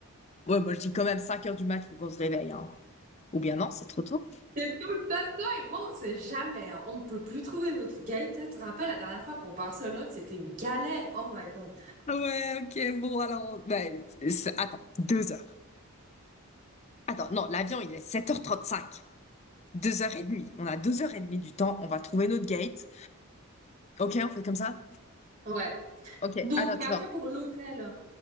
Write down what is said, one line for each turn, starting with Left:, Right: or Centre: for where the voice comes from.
Left: ouais, moi je dis quand même 5 heures du mat, faut qu'on se réveille hein. Ou bien non, c'est trop tôt.
Right: C'est tout le tas de toi et moi, on sait jamais. hein. On ne peut plus trouver notre guide Tu te rappelles, la dernière fois pour Barcelone, c'était une galère. Oh my God.
Left: Ah Ouais, ok, bon, alors, ben, c'est- attends, deux heures. Attends, non, l'avion il est 7h35. 2h30. On a 2h30 du temps, on va trouver notre gate. OK, on fait comme ça?
Right: Ouais.
Left: OK,
Right: Donc,
Left: attends,
Right: mais après,
Left: attends.
Right: pour l'hôtel.